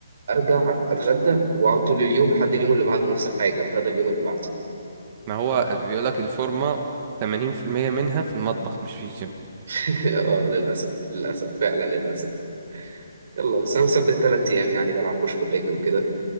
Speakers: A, on the right; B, on the right.
A: أرجع أتغدى وأقعد طول اليوم لحد اليوم اللي بعده نفس الحاجة الغدا اليوم اللي بعده
B: ما هو بيقولك الفورمه 80% منها في المطبخ مش في الجيم
A: <laughs> اه للأسف للأسف فعلا للأسف يلا بس أنا مثبت تلات أيام يعني بلعب بوش بول ليج وكده